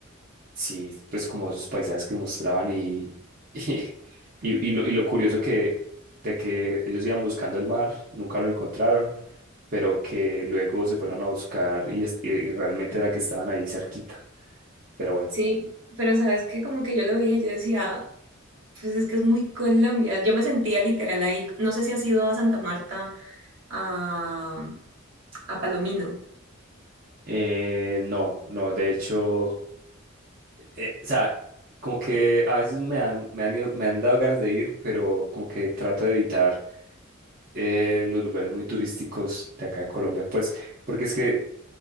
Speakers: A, on the right; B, on the right.
A: Sí, pues como esos paisajes que mostraban y, <laughs> y, y, lo, y lo curioso que de que ellos iban buscando el mar, nunca lo encontraron, pero que luego se fueron a buscar y, es- y realmente era que estaban ahí cerquita. Pero bueno,
B: Sí, pero sabes que como que yo lo veía, y yo decía, pues es que es muy Colombia. Yo me sentía literal ahí. No sé si has ido a Santa Marta, a, a Palomino.
A: eh, no, no, de hecho, eh, o sea, como que a veces me han, me han ido- me han dado ganas de ir, pero como que trato de evitar eh, los lugares muy turísticos de acá de Colombia, pues, porque es que